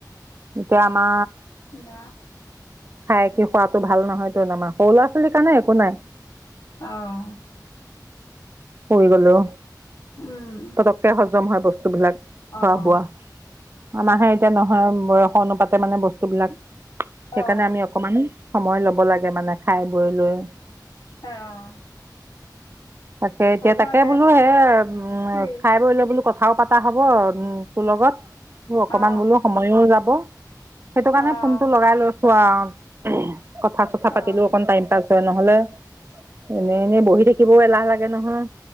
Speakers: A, on the right; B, on the left.
A: এতিয়া আমা
B: চিলোৱা।
A: খাই কি শুৱাটো ভাল নহয় টোন আমাৰ, সৰু ল'ৰা ছোৱালীৰ কাৰণে একো নাই।
B: অ'।
A: শুই গলোঁ।
B: উম।
A: পতককে হজম হয় বস্তুবিলাক, খোৱা
B: অঁ
A: বোৱা। আমাহে এতিয়া নহয় বয়সৰ অনুপাতে মানে বস্তুবিলাক, সেইকাৰণে
B: অঁ
A: আমি অকমান সময় লব লাগে মানে খায় বৈ লৈ।
B: অঁ।
A: তাকে এতিয়া,
B: হ'ব
A: তাকে
B: দে
A: বোলো হে উম
B: কি
A: খায় বৈ লৈ বোলো। কথাও পাতা হব উম তোৰ লগত, অকমান
B: অঁ
A: বোলো সময়ও যাব। সেইটো কাৰণে
B: অঁ
A: ফোনটো লগাই লৈছো আও, কথা চথা পাতিলো
B: অঁ
A: অকন টাইম পাছ। নহলে এনে এনে বহি থাকি। থাকিব এলাহ লাগে নহয়,